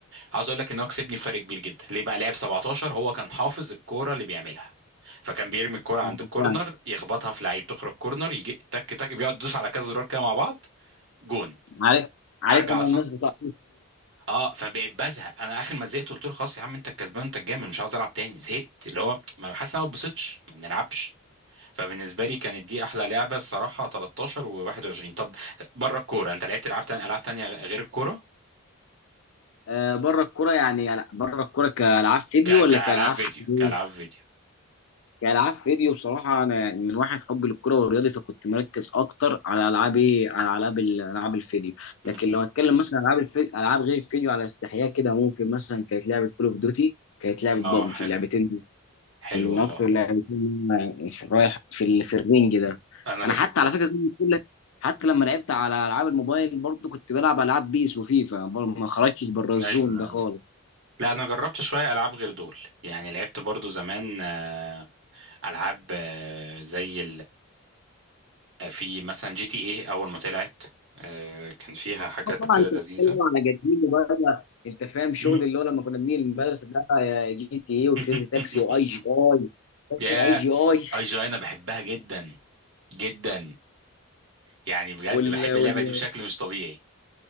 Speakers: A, on the right; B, on the left.
A: عاوز اقول لك ان هو كسبني فرق كبير جدا ليه بقى لعب 17 هو كان حافظ الكوره اللي بيعملها فكان بيرمي الكوره عند
B: آه،
A: الكورنر
B: فعلا
A: يخبطها في لعيب تخرج كورنر يجي تك تك بيقعد يدوس على كذا زرار كده مع بعض جون
B: عارف عارفهم
A: ارجع اصلا
B: الناس بتوع
A: اه فبقيت بزهق انا اخر ما زهقت قلت له خلاص يا عم انت الكسبان انت الجامد مش عاوز العب تاني زهقت اللي هو ما حاسس إن انا ما اتبسطتش ما بنلعبش فبالنسبه لي كانت دي احلى لعبه الصراحه 13 و21 طب بره الكوره انت لعبت العاب تانية العاب تانية غير الكوره
B: آه بره الكوره يعني يعني بره الكوره كالعاب فيديو
A: ك...
B: ولا
A: كالعاب
B: كالعاب
A: فيديو
B: حقيقيه
A: كالعاب فيديو
B: كالعاب فيديو بصراحه انا من واحد حبي للكره والرياضي فكنت مركز اكتر على العاب ايه على العاب ال- العاب الفيديو
A: مم.
B: لكن لو اتكلم مثلا عن العاب الفيديو العاب غير الفيديو على استحياء كده ممكن مثلا كانت لعبه كول اوف دوتي كانت لعبه بابجي
A: اه حلو
B: اللعبتين دول
A: حلو
B: من
A: اه
B: اكتر لعبتين أنا رايح في ال- في الرينج ده
A: انا بحبهم
B: انا حتى على فكره زي ما بقول لك حتى لما لعبت على العاب الموبايل برضه كنت بلعب العاب بيس وفيفا برضه ما خرجتش بره الزون
A: ايوه
B: ده خالص
A: ايوه لا انا جربت شويه العاب غير دول يعني لعبت برضو زمان آه، العاب آه، زي آه، في مثلا جي تي ايه اول ما طلعت آه، كان فيها حاجات
B: آه طبعا انت
A: لذيذة
B: بتتكلم على قديم وبقى انت فاهم شغل
A: مم.
B: اللي هو لما كنا بنيجي المدرسه بقى يا جي تي اي وكريزي
A: <laughs>
B: تاكسي واي جي اي فاكر
A: يا
B: اي جي اي
A: اي جي انا بحبها جدا جدا يعني بجد
B: وال
A: بحب اللعبة
B: وال
A: دي بشكل مش طبيعي